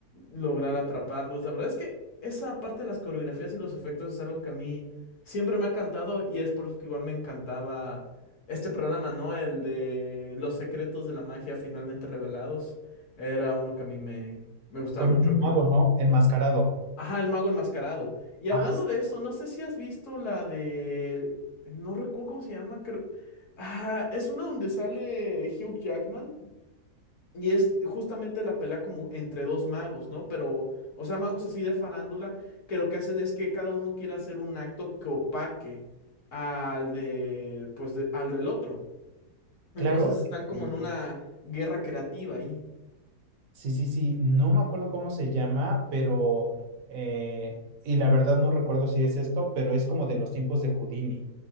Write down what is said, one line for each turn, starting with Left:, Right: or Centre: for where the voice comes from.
Left: lograr atraparlos. La verdad es que esa parte de las coreografías y los efectos es algo que a mí siempre me ha encantado y es por eso que igual me encantaba. Este programa, ¿no? El de Los secretos de la magia finalmente revelados. Era uno que a mí me, me gustaba
Right: Con
Left: mucho.
Right: un mago, ¿no? Enmascarado.
Left: Ajá, el mago enmascarado. Y hablando
Right: Ah, s-
Left: de eso, no sé si has visto la de... No recuerdo cómo se llama. creo- Ah, es una donde sale Hugh Jackman y es justamente la pelea como entre dos magos, ¿no? Pero, o sea, magos así de farándula que lo que hacen es que cada uno quiere hacer un acto que opaque al de, pues, de- al del otro. Entonces
Right: claro.
Left: están como
Right: eh,
Left: en una guerra creativa ahí.
Right: Sí, sí, sí. No me acuerdo cómo se llama, pero, eh, y la verdad no recuerdo si es esto, pero es como de los tiempos de Houdini.